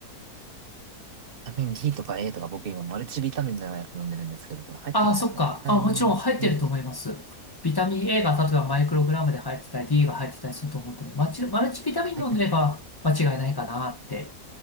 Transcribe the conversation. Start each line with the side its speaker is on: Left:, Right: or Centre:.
Right: タミン D とか A とか僕今マルチビタミンのやつ飲んでるんですけど、これ入ってるんですかねビタミン
Left: ああ、そっか。あ、もちろん入ってると思います。
Right: A、
Left: ビタミン A が例えばマイクログラムで入ってたり、D が入ってたりすると思ってね、マチマルチビタミン飲んでれば間違いないかなって
Right: あ、入ってますね。